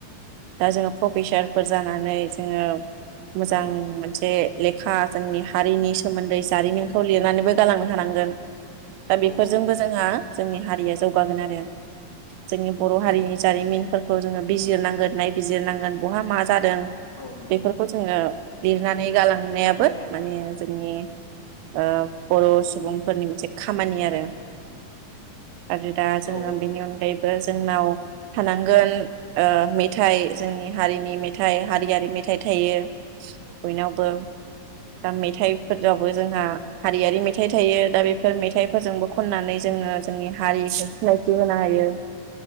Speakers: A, on the right; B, on the left.
A: दा जोङो प्रफेसारफोर जानानै जोङो मोजां
B: औ
A: मोनसे लेखा जोंनि हारिनि सोमोन्दै जारिमिनखौ लिरनानैबो गालांनो हानांगोन दा बेफोरजोंबो
B: औ
A: जोंहा जोंनि हारिया जौगागोन आरो जोंनि बर हारिनि जारिमिनफोरखौ जोङो बिजिरनांगोन नायबिजिरनांगोन बहा मा जादों
B: औ नंगौ
A: बेफोरखौ जोंङो लिर नानै गालां नायाबो
B: औ औ
A: माने जोंनि ओ बर सुबुंफोरनि मोनसे खामानि आरो आरो दा जोंङो
B: औ
A: बेनि अनगायै बो जोंनाव थानांगोन ओ मेथाइ जोंनि हारिनि मेथाइ हारियारि मेथाइ थायो बयनावबो दा मेथाइफोरावबो जोंहा हारियारि मेथाइ थायो दा बेफोर मेथाइफोरजोंबो खननानै जोंङो जोंनि हारिखौ सिनायथि होनो हायो।